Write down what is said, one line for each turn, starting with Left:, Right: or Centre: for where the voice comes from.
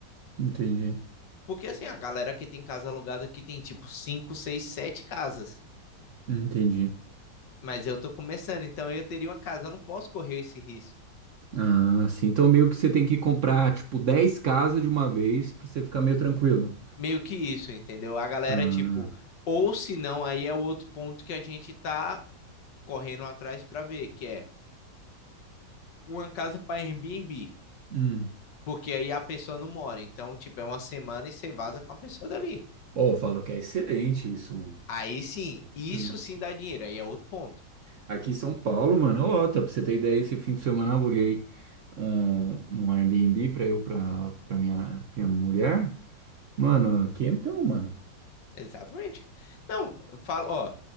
Right: Entendi.
Left: Porque assim, a galera que tem casa alugada aqui tem tipo 5 6 7 casas.
Right: Entendi.
Left: Mas eu tô começando, então eu teria uma casa, eu não posso correr esse risco.
Right: Ah, sim. Então, meio que você tem que comprar, tipo, 10 casas de uma vez pra você ficar meio tranquilo.
Left: Meio que isso, entendeu? A galera,
Right: Ah,
Left: tipo, ou se não, aí é o outro ponto que a gente tá correndo atrás pra ver, que é uma casa pra Airbnb.
Right: hum.
Left: Porque aí a pessoa não mora. Então, tipo, é uma semana e você vaza com a pessoa dali.
Right: Oh, eu falo que é excelente isso, mano.
Left: Aí sim, isso
Right: Hum.
Left: sim dá dinheiro. Aí é outro ponto.
Right: Aqui em São Paulo, mano, ó, tá, pra você ter ideia, esse fim de semana eu aluguei um, um Airbnb pra eu, pra, pra minha, pra minha mulher. Mano, aqui então, mano.
Left: Exatamente. Não, eu falo, ó,